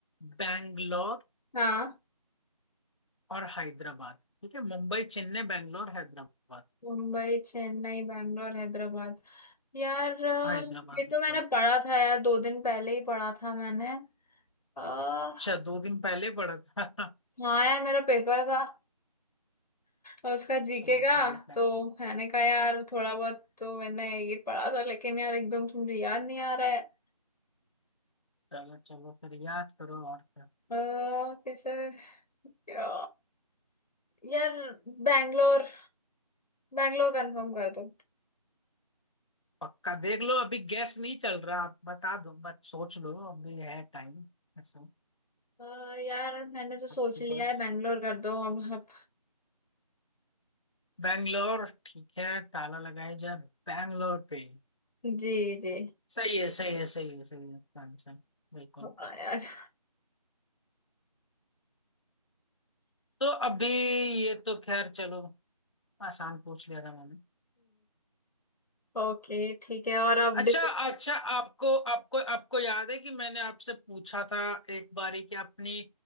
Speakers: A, on the left (about 50°); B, on the left (about 80°).
A: बैंगलोर
B: हाँ
A: और हैदराबाद ठीक है मुंबई चेन्नई बैंगलोर हैदराबाद
B: मुंबई चेन्नई बैंगलोर हैदराबाद यार अ,
A: हैदराबाद
B: ये
A: बिल्कुल
B: तो मैंने पढ़ा था यार दो दिन पहले ही पढ़ा था मैंने आ,
A: अच्छा दो दिन पहले पढ़ा था
B: हाँ यार मेरा पेपर था और उसका
A: <laughs>
B: जीके
A: चलो
B: का
A: चलो फिर
B: तो मैंने कहा यार थोड़ा बहुत तो मैंने ये पढ़ा था लेकिन यार एकदम तुम याद नहीं आ रहा है
A: चलो चलो फिर याद करो और क्या
B: अ, कैसे क्या यार बैंगलोर बैंगलोर कंफर्म कर दो
A: पक्का देख लो अभी गैस नहीं चल रहा आप बता दो बस सोच लो अभी है टाइम ऐसा
B: अ, यार मैंने तो सोच
A: आपके
B: लिया
A: पास
B: है बैंगलोर कर दो अब अब
A: बैंगलोर ठीक है ताला लगाया जाए बैंगलोर पे
B: जी जी
A: सही है सही है सही है सही है आपका आंसर बिल्कुल
B: हाँ यार
A: तो अभी ये तो खैर चलो आसान पूछ लिया था मैंने
B: ओके ठीक है और अब
A: अच्छा
B: <laughs> डिस-
A: अच्छा आपको आपको आपको याद है कि मैंने आपसे पूछा था एक बारी कि अपनी